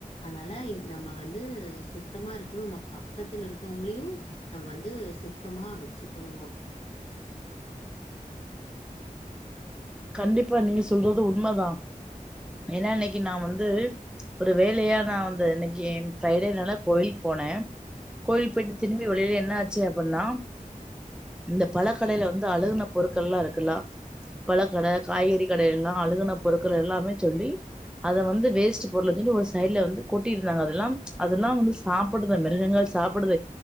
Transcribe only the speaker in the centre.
கண்டிப்பா நீங்க சொல்றது உண்மைதா ஏன்னா இன்னைக்கு நா வந்து ஒரு வேலையா நா வந்து இன்னைக்கி ஃப்ரைடேனால கோயில்க்கு போனேன் கோவில்க்கு போயிட்டு திரும்பி வரையில என்ன ஆச்சி அப்டினா இந்த பழ கடைல வந்து அழுகுன பொருக்கள்லாம் இருக்குல்ல பழக்கட காய்கறி கடைலல்லாம் அழுகுன பொருக்கள் எல்லாமேச் சொல்லி அத வந்து வேஸ்ட் பொருளுனுசொல்லி ஒரு சைட்ல வந்து கொட்டிர்ந்தாங்க அதெல்லாம் அதுல்லாம் வந்து சாப்டுது மிருகங்கள் சாப்டுது